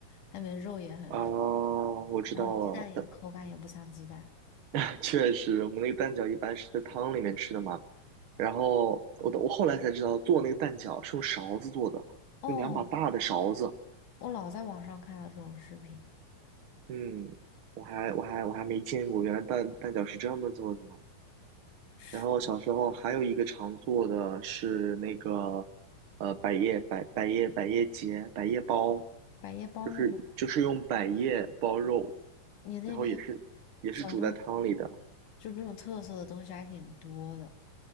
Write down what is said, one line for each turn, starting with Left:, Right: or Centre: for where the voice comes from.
Left: 它里面肉也很少
Right: 啊，我知道了，
Left: 然后鸡蛋也口感也不像鸡蛋。
Right: 蛋。<laughs> 确实，我们那个蛋饺一般是在汤里面吃的嘛。然后我我后来才知道，
Left: 哦
Right: 做那个蛋饺是用勺子做的，
Left: 哦，
Right: 用两把大的勺子。
Left: 我老在网上看到这种视频，
Right: 嗯，我还我还我还没见过，原来蛋蛋饺是这么做的呢。
Left: 是
Right: 然后小时候还有一个常做的是那个，呃，百叶百百叶百叶结百叶包，
Left: 百叶包是什么？
Right: 就是就是用百叶包肉，
Left: 你那边
Right: 然后也是也是煮在汤里的。
Left: 小时候就那种特色的东西还挺多的。